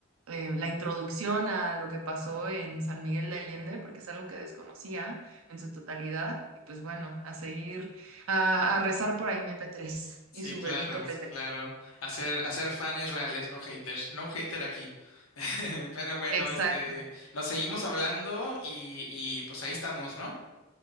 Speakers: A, on the right (about 75°); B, on the left (about 80°).
A: eh, la introducción a lo que pasó en San Miguel de Allende, porque es algo que desconocía en su totalidad. Y pues bueno, a seguir a, a rezar por ahí MP3
B: Sí,
A: y su
B: claro,
A: bebito P3.
B: sí, claro. Hacer, hacer fans reales, no haters. No hater aquí. <laughs> Pero bueno,
A: Exacto.
B: este, nos seguimos hablando y, y pues ahí estamos, ¿no?